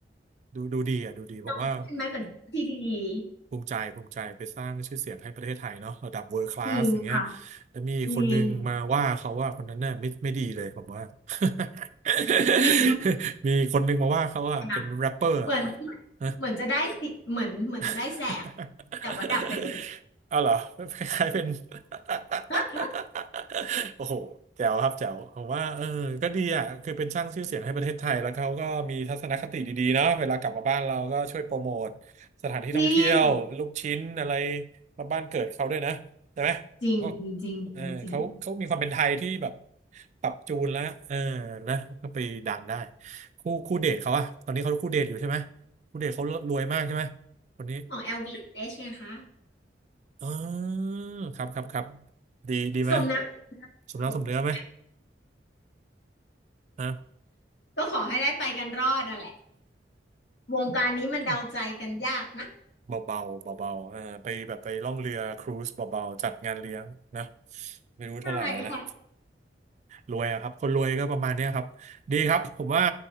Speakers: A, on the right (about 40°); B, on the left (about 75°).
A: ดูดูดีอ่ะดูดีผมว่า
B: เป็นไม้แขวนเสื้อที่ดี
A: ภูมิใจภูมิใจไปสร้างชื่อเสียงให้ประเทศไทยเนาะระดับ world class
B: จริงค่ะ
A: อย่างเงี้ยแล้วมีคนนึงมาว่าเขาว่าคนนั้นน่ะไม่ไม่ดีเลยผมว่า
B: จริง
A: <laughs>
B: จริง
A: มีคนนึงมาว่าเขาว่าเป็นแรปเปอร์ะ
B: นะเหมือน
A: เออ
B: เหมือนจะได้สิเหมือนเหมือนจะได้แสง
A: <laughs>
B: แต่ว่าดับไปเลย
A: เอาเหรอคล้ายๆเป็น <laughs>
B: <laughs>
A: โอ้โหแจ๋วครับแจ๋วผมว่าเออก็ดีอ่ะคือเป็นช่างชื่อเสียงให้ประเทศไทยแล้วเขาก็มีทัศนคติดีๆเนาะเวลากลับมาบ้านเราก็ช่วยโปรโมทสถานที่ท่องเที่ยวลูกชิ้นอะไร
B: จริง
A: มาบ้านเกิดเขาด้วยนะใช่ไหมก็
B: จริงจริงจริงจริงจริง
A: เออเขาเขามีความเป็นไทยที่แบบปรับจูนแล้วเออนะก็ไปดังได้คู่คู่เดทเขาอะตอนนี้เขาคู่เดทอยู่ใช่ไหมคู่เดทเขารวยมากใช่ไหมคนนี้
B: ของ l v อชไงคะ
A: อ๋อครับครับครับดีดีไหม
B: สมนัก
A: สมน้ำสมเนื้อไหม
B: อยู่ <laughs>
A: ฮะ
B: ก็ขอให้ได้ไปกันรอดนั่นแหละวงการนี้มันเดาใจกันยากนะ
A: <laughs> เบาเบาเบาเบาๆเออไปแบบไปล่องเรือครูซเบาๆจัดงานเลี้ยงนะไม่รู้เท่าไหร่อะนะ
B: ใช่ค่ะ
A: รวยอะครับคนรวยก็ประมาณเนี้ยครับดีครับผมว่า